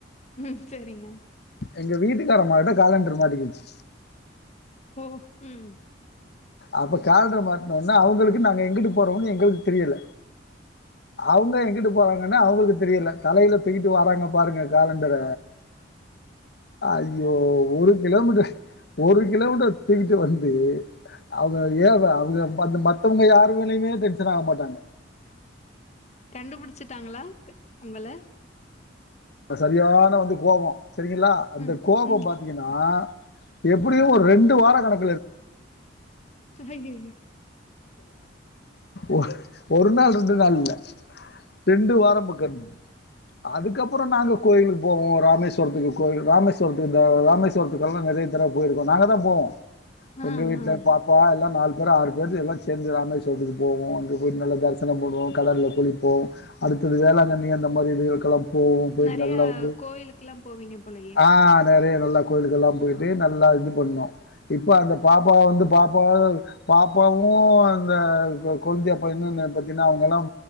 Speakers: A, on the left; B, on the left.
A: ம் சரிங்க
B: எங்க வீடு ஏறமாட காலண்டுரு மாட்டிக்கிச்
A: கோ ம்
B: அப்போ கால்ற மாட்னோன்னா அவங்களுக்கு நாங்க எங்குட்டு போறோன்னு எங்கள்க்கு தெரியல அவுங்க இங்கிட்டு போறாங் நன்னு அவுங்களுக்கு தெரியல தலையில் தூக்கிட்டு வறாங்க பாருங்க காலண்டர ஐயோ ஒரு கிலோமீட்டு ஒரு கிலோமீட்ட தூகிட் டு வந்து அவுங்க ஏவ அவுங்க பந்து மத்தவுங்க யார் மேலயுமே டென்ஷன் ஆக மாட்டாங்க
A: கண்டுபுடுச்சிட்டாங்களா உங்கள
B: சரியான வந்து கோவொ செரிங்களா அந்த
A: ம்
B: கோபொ
A: ம்
B: பாத்தீங்கனா எப்புடியு ஒரு ரெண்டு வார கணக்
A: ஹையய்யோ
B: ஒ ஒரு நாள் ரெண்டு நாள் இல்ல ரெண்டு வாரம்புகன் அதுக்கப்புற நாங்க கோயிலுக்கு போவோ ராமேஸ்வரத்துக்கு கோயல் ராமேஸ்வரத்துக் இந்த ராமேஸ்வரத்துக்கெல்லா நறைய பெரா போயிருக்கோ நாங்கதா போவோ
A: ஆ
B: எங்க வீட்ல
A: ஆ
B: பாப்பா எல்லா நாலு இங்கதா ஆறு <unintelligible> இல்லாட்டி எல்லாம் சேர்ந்து ராமேஸ்வரத்துக்கு போவோம் அங்கே போய் நல்ல தரிசனம் போடுவோம் கடல்ல குளிப்போம் அடுத்தது வேளாங்கண்ணி அந்த மாதிரி இதுகளுக்கெல்லாம் போவோம் போயிட்டு
A: நெறைய
B: நல்லா வந்து
A: கோயிலுக்குல்லா போவீங்க போலயே
B: ஆ நெறையா நல்லா கோயிலுக்கெல்லாம் போயிட்டு நல்லா இது பண்ணோம் இப்ப அந்த பாப்பா வந்து பாப்பாவ பாப்பா பாப்பாவும் அந்த கொழுந்தியா பயனும் என்னென்னு பாத்தீங்கன்னா அவங்க எல்லாம்